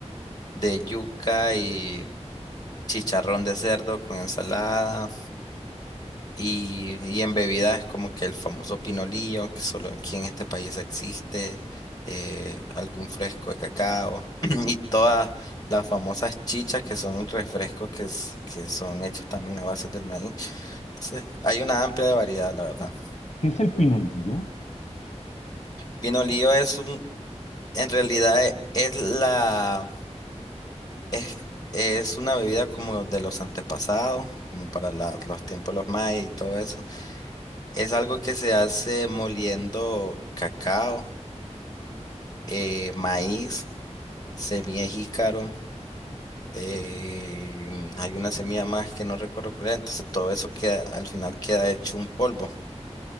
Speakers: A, on the left (about 35°); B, on the left (about 65°).
A: de yuca y chicharrón de cerdo con ensalada. Y, y en bebidas es como que el famoso pinolillo, que solo aquí en este país existe, eh, algún fresco de cacao <clears throat> y todas las famosas chichas que son refrescos que, s- que son hechos también a base del maíz. Entonces, hay una amplia variedad, la verdad.
B: ¿Qué es el pinolillo?
A: Pinolillo es un, en realidad e- es, la, es, es una bebida como de los antepasados, como para la- los tiempos de los mayas y todo eso. Es algo que se hace moliendo cacao eh, maíz, semilla de jícaro, eh, hay una semilla más que no recuerdo cuál era, entonces todo eso queda, al final queda hecho un polvo,